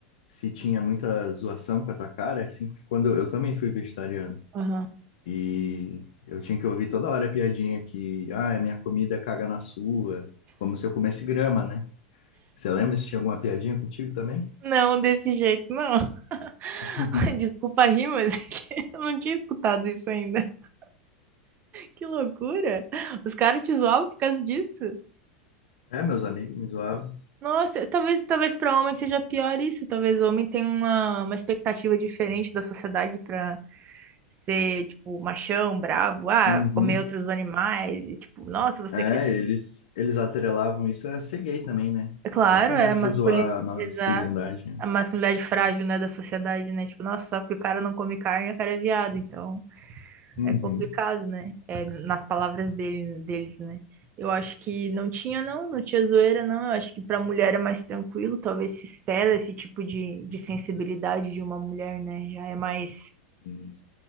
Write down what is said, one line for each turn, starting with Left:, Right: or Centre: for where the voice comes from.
Left: se tinha muita zoação com a tua cara, assim, porque quando eu, eu também fui vegetariano
Right: Aham.
Left: e eu tinha que ouvir toda hora a piadinha que, ah, minha comida caga na sua, como se eu comesse grama, né? Você lembra se tinha alguma piadinha contigo também?
Right: Não, desse jeito, não. <laughs>
Left: <laughs>
Right: Desculpa a rir, mas é que <laughs> eu não tinha escutado isso ainda. <laughs> Que loucura! Os caras te zoavam por causa disso?
Left: É, meus amigos me zoavam.
Right: Nossa, talvez, talvez para homem seja pior isso. Talvez o homem tenha uma, uma expectativa diferente da sociedade para ser, tipo, machão, brabo, ah,
Left: Uhum.
Right: comer outros animais, e, tipo, nossa, você
Left: É,
Right: quer
Left: eles, eles atrelavam isso a ser gay também, né?
Right: Claro,
Left: Já começa
Right: é a masculinidade,
Left: a zoar a masculinidade,
Right: exato,
Left: né?
Right: a masculinidade frágil, né, da sociedade, né? Tipo, nossa, só porque o cara não come carne, o cara é viado. Então,
Left: Uhum.
Right: é complicado, né? É, nas palavras dele, deles, né? Eu acho que não tinha, não, não tinha zoeira, não. Eu acho que pra mulher é mais tranquilo, talvez se espera esse tipo de, de sensibilidade de uma mulher, né? Já é mais
Left: Hum.